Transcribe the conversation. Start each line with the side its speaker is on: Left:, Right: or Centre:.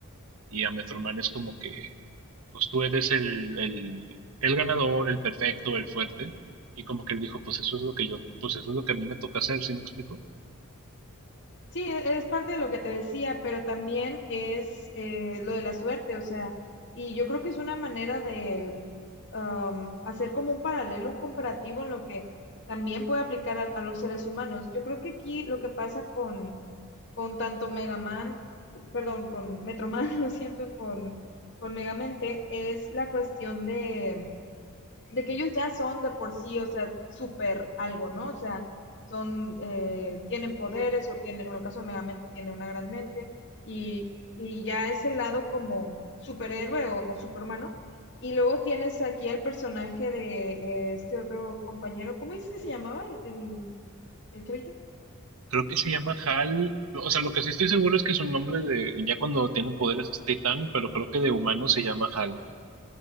Right: Y a Metroman es como que, pues tú eres el, el, el ganador, el perfecto, el fuerte. Y como que él dijo, pues eso es lo que yo, pues eso es lo que a mí me toca hacer, ¿sí me explico?
Left: Sí, e- es parte de lo que te decía, pero también es eh, lo de la suerte, o sea, y yo creo que es una manera de am, hacer como un paralelo, un comparativo en lo que también puede aplicar a, a los seres humanos. Yo creo que aquí lo que pasa con, con tanto Mega Man, perdón, con Metroman, <laughs> lo siento, con, con Megamente, es la cuestión de de que ellos ya son de por sí, o sea, súper algo, ¿no? O sea, son, eh, tienen poderes o tienen, en el caso de Megamente, tiene una gran mente y, y ya es el lado como superhéroe o, o superhumano. Y luego tienes aquí al personaje de eh, este otro compañero, ¿cómo es que se llamaba el, el, el chavito?
Right: Creo que se llama Hal, o sea, lo que sí estoy seguro es que su nombre de, ya cuando tiene poderes es Titan, pero creo que de humano se llama Hal.